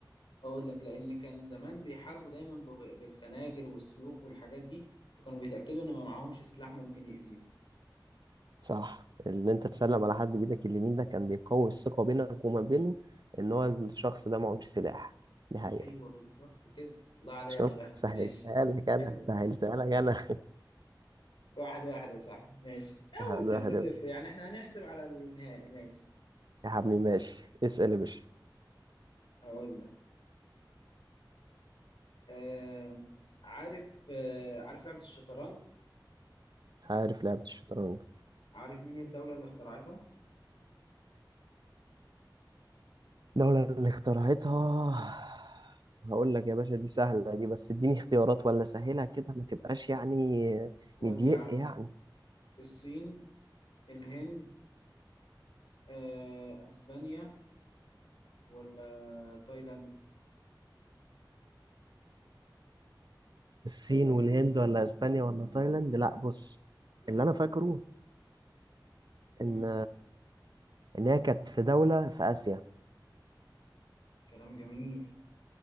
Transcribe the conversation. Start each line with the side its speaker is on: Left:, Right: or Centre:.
Left: اقول لك لان كان زمان بيحاربوا دايما بغ- بالخناجر والسيوف والحاجات دي فكانوا بيتاكدوا ان ما معاهمش سلاح ممكن يأذيهم
Right: صح ان انت تسلم على حد بايدك اليمين ده كان بيقوي الثقه بينك وما بينه ان هو الشخص ده معهوش سلاح دي حقيقة
Left: ايوه بالظبط كده الله عليا
Right: شفت
Left: وانا بهبد
Right: سهلتها
Left: ماشي
Right: لك انا
Left: حلو
Right: سهلتها
Left: ده
Right: لك انا <laughs>
Left: واحد واحد يا صاحبي ماشي اول
Right: واحد
Left: صفر
Right: واحد
Left: صفر
Right: يا ابني.
Left: يعني احنا هنحسب على النهائي ماشي
Right: يا حبيبي ماشي اسال يا باشا
Left: هقول لك آم، عارف آه، عارف لعبة الشطرنج
Right: عارف لعبة الشطرنج
Left: عارف مين هي الدولة اللي اخترعتها
Right: لولا ان اخترعتها هقول لك يا باشا دي سهلة دي بس اديني اختيارات ولا سهلها كده ما تبقاش يعني
Left: خد
Right: مضيق
Left: يا عم
Right: يعني
Left: الصين الهند آه، اسبانيا ولا تايلاند
Right: الصين والهند ولا اسبانيا ولا تايلاند لا بص اللي انا فاكره
Left: مم.
Right: ان ان هي كانت في دولة في اسيا
Left: كلام جميل